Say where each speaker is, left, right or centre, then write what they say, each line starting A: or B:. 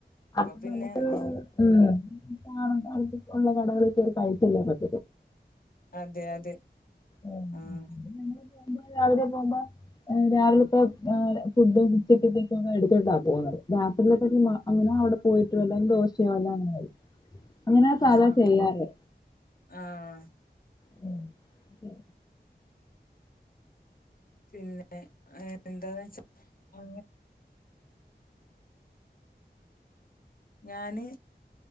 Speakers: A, on the left (about 25°); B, on the left (about 55°).
A: അപ്പൊ
B: പിന്നെ
A: നമുക്ക്
B: ആഹ്
A: ഉം അപ്പോ കാണുന്ന ഉള്ള കടകളിൽ കേറി കഴിച്ചല്ലോ പറ്റു
B: അതെ അതെ
A: ഉം.....
B: ആഹ്
A: നമ്മ രാവിലെ പോകുമ്പോ രാവിലെത്തെ ഫുഡും ഉച്ചക്കത്തെ ഫുഡും ഒക്കെ എടുത്തിണ്ടാവും പോ അങ്ങോട് രാത്രി അങ്ങനെ അവിടെ പോയിട്ട് വല്ല ദോശ വല്ലോം അങ്ങനെ കഴിക്കും അങ്ങനെ സാധാ
B: ആഹ്
A: ചെയ്യാറ്
B: ആഹ്
A: ഉ ഒക്കെ
B: <inaudible> പിന്നെ എന്താ വെച്ചാ അ ഞാന്